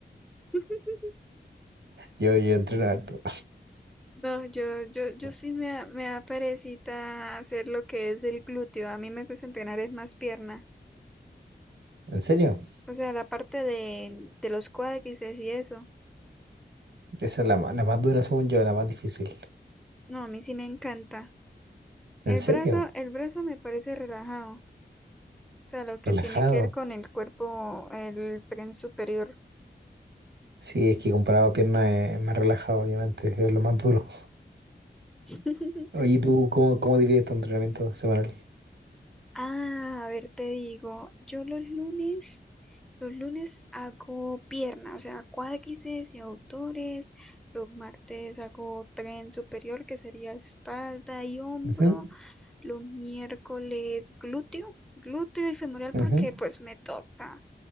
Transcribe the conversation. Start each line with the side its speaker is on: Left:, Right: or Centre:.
Centre: <laughs>
Right: Yo, yo entreno harto.
Centre: No, yo, yo, yo
Right: <laughs>
Centre: sí me da, me da perecita hacer lo que es el glúteo. A mí me gusta entrenar es más pierna.
Right: ¿En serio?
Centre: O sea, la parte de, de los cuádriceps y eso.
Right: Esa es la, ma- la más dura, según yo, la más difícil.
Centre: No, a mí sí me encanta. El
Right: ¿En serio?
Centre: brazo, el brazo me parece relajado. O sea, lo que
Right: Relajado.
Centre: tiene que ver con el cuerpo, el tren superior.
Right: Sí, es que comparado a piernas es más relajado, obviamente, es lo más duro.
Centre: <laughs>
Right: Oye, ¿y ¿tú cómo, cómo divides tu entrenamiento semanal?
Centre: Ah, a ver, te digo, yo los lunes, los lunes hago pierna, o sea, cuádriceps y autores, los martes hago tren superior, que sería espalda y hombro,
Right: Ujú,
Centre: los miércoles glúteo, glúteo y femoral porque
Right: ujú,
Centre: pues me toca.